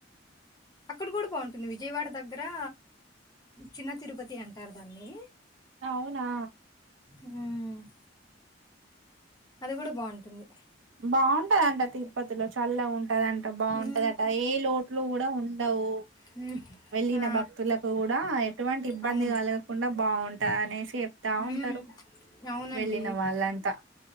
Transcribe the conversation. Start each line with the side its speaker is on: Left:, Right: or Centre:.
Left: అక్కడ కూడా బాంటుంది విజయవాడ దగ్గరా చిన్న తిరుపతి అంటారు దాన్ని
Right: ఔనా
Left: ఉమ్ అది గుడా బాంటుంది
Right: బాంటదంట తిరుపతిలో చల్లగ ఉ టదంట బాంటదట
Left: హ్మ్
Right: ఏ లోట్లు గుడా ఉండవు
Left: హ్మ్
Right: వెళ్ళిన
Left: ఆ
Right: భక్తులకు గుడా ఎటువంటి ఇబ్బంది
Left: అవును
Right: కలగకుండా బాంటది అనేసి తావుంటరు
Left: హ్మ్ అవునండి
Right: వెళ్ళిన వాళ్ళంతా